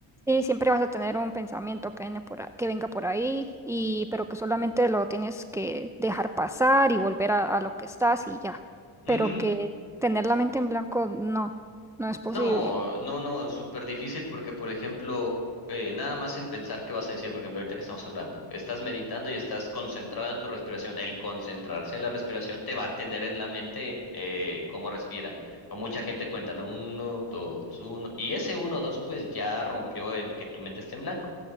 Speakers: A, in the centre; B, on the left (about 45°).
A: Sí, siempre vas a tener un pensamiento que viene por a- que venga por ahí, y, pero que solamente lo tienes que dejar pasar y volver a, a lo que estás y ya.
B: Ujú.
A: Pero que tener la mente en blanco no, no es posible.
B: No, no, no, súper difícil porque, por ejemplo, eh, nada más en pensar qué vas a decir, por ejemplo, ahorita que estamos hablando, estás meditando y estás concentrado en tu respiración. El concentrarse en la respiración te va a tener en la mente eh, cómo respira. O mucha gente cuenta, ¿no? Uno, dos, uno. Y ese uno, dos, pues ya rompió el que tu mente esté en blanco.